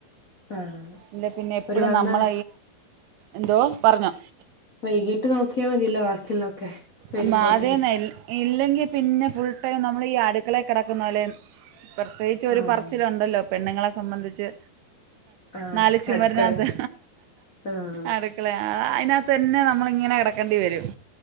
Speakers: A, on the left (about 85°); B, on the right (about 80°).
A: ആഹ്
B: എാ പിന്നെ എപ്പഴും
A: ഒരു വന്ന
B: നമ്മള എന്തോ പറഞ്ഞു
A: വൈകീട്ട് നോക്കിയാൽ മതില്ലോ ബാക്കിയുള്ളൊക്കെ വരുമ്പോത്തിനന്
B: അമ്മ അതേന്നെ ഇൽ ഇല്ലെങ്കിൽ പിന്നെ ഫുൾ ടൈം നമ്മൾ ഈ അടുക്കളെ കിടക്കുന്ന പോലെ പ്രത്യേകിച്ച് ഒരു
A: ആഹ്
B: പറച്ചിലുണ്ടല്ലോ പെണ്ണുങ്ങളെ സംബന്ധിച്ച്
A: ആഹ്
B: നാല് ചുമരിനകത്ത്
A: അടുക്കളേന്ന് ആഹ്
B: അടുക്കല അതിനകത്ത് തന്നെ നമ്മളിങ്ങനെ കിടക്കേണ്ടി വരും